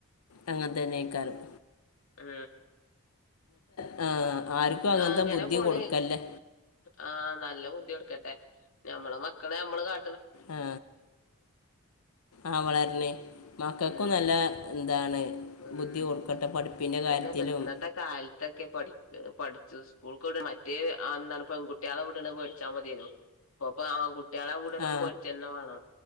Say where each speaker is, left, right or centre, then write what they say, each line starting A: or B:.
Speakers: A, on the left; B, on the left.
A: അങ്ങനത്തന്നേക്കാരം
B: ആ
A: ആ ആർക്കും അങ്ങനത്തെ
B: ആ അങ്ങനെ
A: ബുദ്ധി
B: പോണ്
A: കൊടുക്കല്ലേ
B: ആ നല്ല ബുദ്ധികൊടുക്കട്ടെ ഞമ്മള മക്കളെ നമ്മള് കാ
A: ആ അ വളര്ണ് മക്കക്കും
B: ഉം
A: നല്ല എന്താണ്
B: ഉം
A: ബുദ്ധി കൊടുക്കട്ടെ പഠിപ്പിൻ്റെ കാര്യത്തിലും
B: ഇല്ല അപ്പ ഇന്നത്തെ കാലത്തൊക്കെ പഠിക്ക് പഠിച്ച സ്കൂൾക്ക് വിട മറ്റേ അ എന്താണ് പെണ്കുട്ടികളെ വിടണ പേടിച്ചാമതിയാനു ഇപ്പൊപ്പ ആൺകു കുട്ടികളെ കൂടണം
A: ആ
B: പേടിച്ചന്ന വേണം